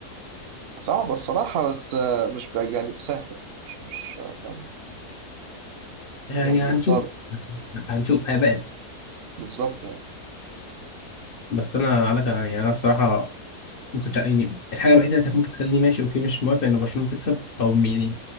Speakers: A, on the right (about 75°); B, on the left (about 50°).
A: صعبه الصراحه بس آه، مش بع- يعني سهله مش مش آه، فاهم
B: يعني
A: يعني
B: هنشوف
A: يقدروا
B: هنشوف هيبان
A: بالظبط يعني
B: بس انا انا كان يعني انا بصراحه ممكن تع- يعني الحاجه الوحيده اللي كانت ممكن تخليني ماشي اوكي مش موافق ان برشلونه تكسب او م- يعني